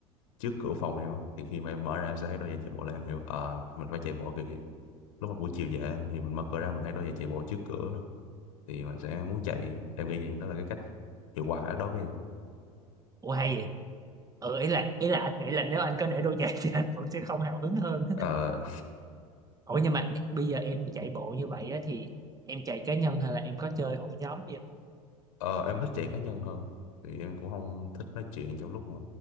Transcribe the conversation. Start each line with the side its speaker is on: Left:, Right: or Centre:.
Left: trước cửa phòng em á thì khi mà em mở ra em sẽ thấy đôi giày chạy bộ là em hiểu ờ mình phải chạy bộ kìa lúc mà buổi chiều về á, thì mình mở cửa ra mình thấy đôi giày chạy bộ trước cửa thì mình sẽ muốn chạy em nghĩ vậy đó là cái cách hiệu quả đối với em
Right: ủa hay vậy ừ ý là ý là anh nghĩ là nếu anh có để đôi giày <laughs> thì anh cũng sẽ không hào hứng hơn
Left: ờ
Right: ủa nhưng mà bây giờ em chạy bộ như vậy á, thì em chạy cá nhân hay là em có chơi hội nhóm gì không?
Left: <laughs> ờ, em thích chạy cá nhân hơn thì em cũng không thích nói chuyện trong lúc mà